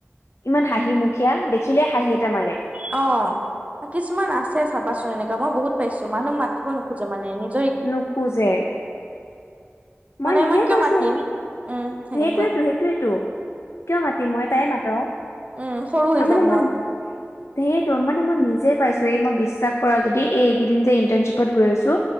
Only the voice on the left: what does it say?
ইমান হাঁহি মুখীয়া দেখিলে হাঁহি এটা মাৰে।
নুখোজে।
মই নিজে
পাইছো
সেইটোৱেই তো সেইটোয়েইটো। কিয় মাতিম মই তাই মাতো
তাৰ
মানে মই সেই ত মানে মই নিজে পাইছো এই মই বিশ্বাস কৰা যদি এইকেইদিন যে ইন্টাৰ্নশ্বিপত গৈ আছো।